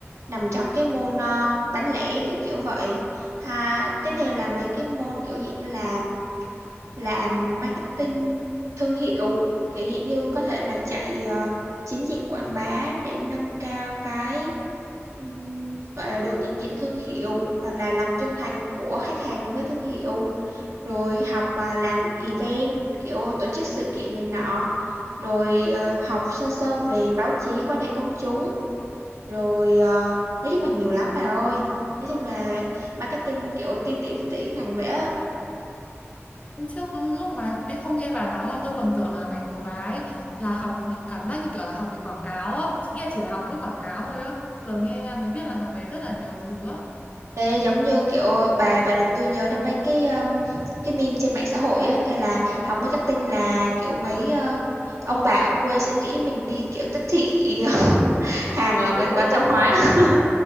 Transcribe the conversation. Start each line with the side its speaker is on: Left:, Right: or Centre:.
Right: nằm trong cái môn ờ, bán lẻ, kiểu, kiểu vậy. Ha, tiếp theo là mấy cái môn, kiểu, dạng như là làm marketing thương hiệu, kiểu, dạng như có thể là chạy, ờ, chiến dịch quảng bá để nâng cao cái, ừm, gọi là, độ nhận diện thương hiệu hoặc là lòng trung thành của khách hàng đối với thương hiệu, rồi học, à, làm event, kiểu, tổ chức sự kiện này nọ, rồi, ờ, học sơ sơ về báo chí, quan hệ công chúng. Rồi, ờ, nói chung là nhiều lắm bà ơi. Nói chung là marketing kiểu ti tỉ ti tỉ ngành vậy á.
Left: Hôm trước lúc mà em không nghe bà nói là tôi còn tưởng là ngành của bà ấy là học cảm giác như kiểu là học về quảng cáo á, nghĩa là chỉ là học với quảng cáo thôi á. Giờ nghe mới biết là học về rất là nhiều thứ á.
Right: Ê, giống như kiểu bà bà làm tôi nhớ đến mấy cái um, cái meme trên mạng xã hội á kêu là học marketing là kiểu mấy ờ, ông bà ở quê sẽ nghĩ mình đi kiểu tiếp thị <laughs> hàng ở mấy
Left: Ừ
Right: quán
Left: ừ
Right: tạp hóa <laughs>